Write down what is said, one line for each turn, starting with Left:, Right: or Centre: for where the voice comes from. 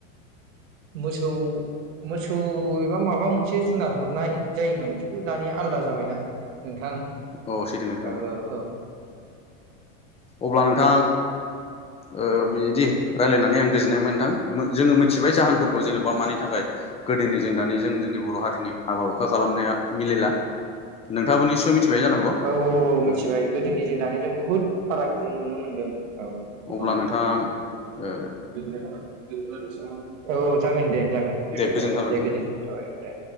Right: मोसौ-मोसौ एबा माबा मोनसे जुनार हरनाय जायोमोन खिन्थु दानिया आलदा जाबायना नोंथां।
Left: औ सैथो नोंथां
Right: औ औ औ।
Left: अब्ला नोंथां ओ बिदि रायलायनानै आं गोजोननाय मोनबाय नोंथां जोङो मिथिबाय जाहोनफोरखौ जेनबा मानि थाखाय गोदोनिजों दानिजों जोंनि बर हारिनि हाबा हुखा खालामनाया मिलायला। नोंथाङाबो निसय मिथिबाय जानांगौ?
Right: औ औ औ
Left: उम
Right: मिथिबाय गोदोनिजों दानिजों बुहुत फारागथि नुनो मोनदों। औ। गोबांथा
Left: अब्ला नोंथां
Right: गोजोननाय
Left: ओ
Right: थाबाय। दोनथलायनोसै नामा? औ जागोन दे जागोन। दे
Left: गोजोननाय थाबाय नोंथां
Right: गोजोनथों।
Left: औ
Right: जाबाय औ दे।